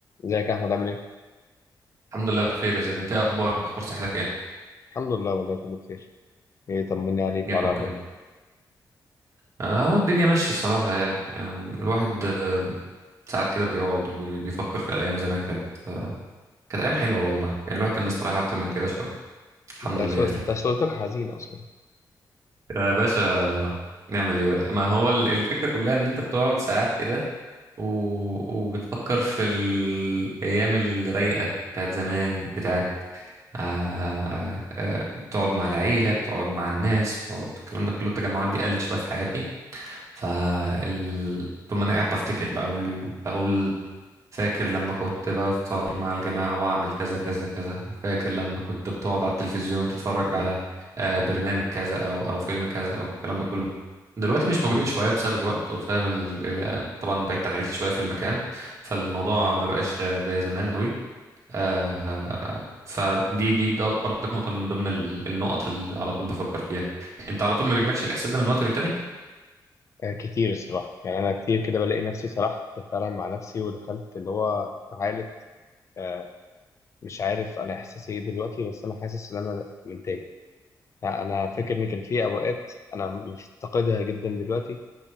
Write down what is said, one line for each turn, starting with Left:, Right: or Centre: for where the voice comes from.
Left: ازيك يا احمد عامل ايه؟
Right: الحمد لله بخير يا زيد انت ايه اخبارك اخبار صحتك ايه
Left: الحمد لله والله كله بخير ايه طمني عليك
Right: يا
Left: وعلى
Right: رب
Left: ابوك
Right: دايما آه هو الدنيا ماشيه الصراحه يعني آم، الواحد آه، ساعات كده بيقعد وبيفكر في ايام زمان كانت آه، كانت ايام حلوه والله يعني الواحد كان مستريح اكتر من كده شويه الحمد
Left: انت
Right: لله
Left: سو...
Right: يعني
Left: انت صوتك حزين اصلا
Right: يا باشا نعمل ايه بقى ما هو ال- الفكره كلها ان انت بتقعد ساعات كده و... وبتفكر في الايام الرايقه بتاعت زمان بتاعت آه... آه... بتقعد مع العيله بتقعد مع الناس بتقعد الكلام ده كله التجمعات دي قلت شويه في حياتي فال... طول ما انا قاعد بفتكر بقى اقول اقول فاكر لما كنت بفطر مع الجماعة واعمل كذا كذا كذا فاكر لما كنت بتقعد على التلفزيون تتفرج على آه، برنامج كذا او او فيلم كذا او الكلام ده كله دلوقتي مش موجودين
Left: امم
Right: شوية بسبب الوقت وبسبب ال... ال- طبعا بعدت عن عيلتي شوية في المكان فالموضوع ما بقاش آه، زي زمان قوي آه، فدي دي در- برضك نقطة من ضمن ال- النقط اللي على طول بفكر فيها انت على طول ما بيجيلكش الاحساس ده من وقت للتاني
Left: آه كتير الصراحه يعني انا كتير كده بلاقي نفسي سرحت فعلا مع نفسي ودخلت اللي هو في حاله آه مش عارف انا احساسي ايه دلوقتي بس انا حاسس ان انا متضايق انا
Right: أكيد
Left: فاكر ان كان في اوقات انا مفتقدها جدا دلوقتي